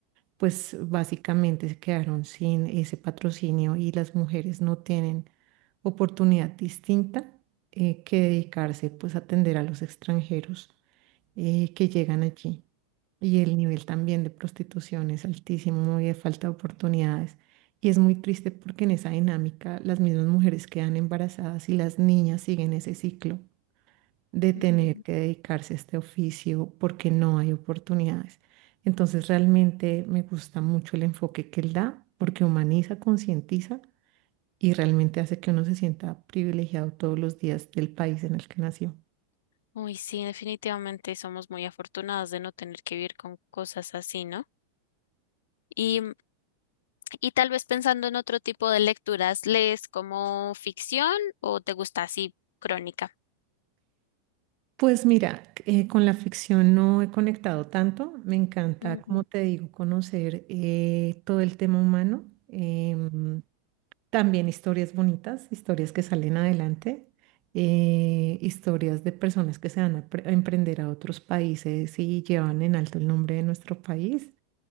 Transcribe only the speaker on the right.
pues básicamente se quedaron sin ese patrocinio y las mujeres no tienen oportunidad distinta eh, que dedicarse pues a atender a los extranjeros eh, que llegan allí. Y el nivel también de prostitución es altísimo y de falta de oportunidades. Y es muy triste porque en esa dinámica las mismas mujeres quedan embarazadas y las niñas siguen ese ciclo de tener
que dedicarse a este oficio porque no hay oportunidades. Entonces realmente me gusta mucho el enfoque que él da porque humaniza, concientiza y realmente hace que uno se sienta privilegiado todos los días del país en el que nació.
Pues mira, eh, con la ficción no he conectado tanto. Me encanta,
como te digo, conocer eh, todo el tema humano. Em, También historias bonitas, historias que salen adelante, eh, historias de personas que se van a, pre- a emprender a otros países y llevan en alto el nombre de nuestro país,